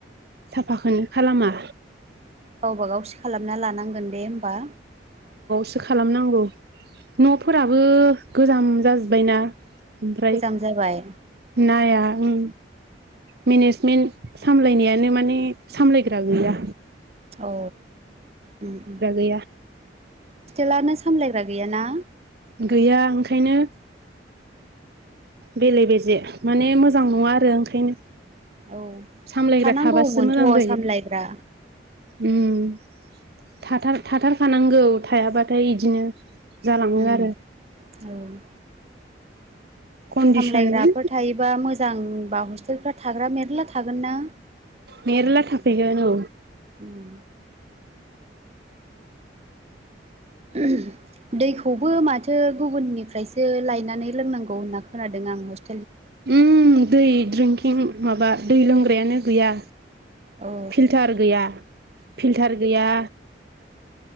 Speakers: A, on the right; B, on the right.
A: साफाखोनो खालामा।
B: गावबा गावसो खालामना लानांगोन बे होमबा?
A: सो खालामनांगौ। न'फोराबो गोजाम जाजोब बायना। ओमफ्राय
B: गोजाम जाबाय
A: नाया उम मेनेजमेन्ट सामलायनायानो माने सामलायग्रा गैया।
B: औ। ओम-ओम।
A: एया।
B: लानो सामलायग्रा गैयाना?
A: गैया ओंखायनो बेले-बेजे। माने मोजां नङा आरो ओंखायनो।
B: औ
A: सामलायग्रा
B: थानांगौमोनथ'
A: थाबासो मोजां जायो।
B: सामलायग्रा
A: उम। थाथार-थाथारखानांगौ थायाबाथाय इदिनो। जालाङो
B: उम
A: आरो
B: औ।
A: कन्डिसनमोन
B: सामलायग्राफोर थायोबा मोजांबा हस्टेलफ्रा थाग्रा मेरला था गोनना
A: मेरला थाफैगोन औ
B: उम <unintelligible> दैखौबो माथो गुबुननिफ्रायसो लायनानै लोंनांगौ होनना खोनादों आं हस्ट
A: उम दै ड्रिंकिं माबा दै लोंग्रायानो गैया।
B: औ
A: फिल्टार गैया फिल्टार गैया।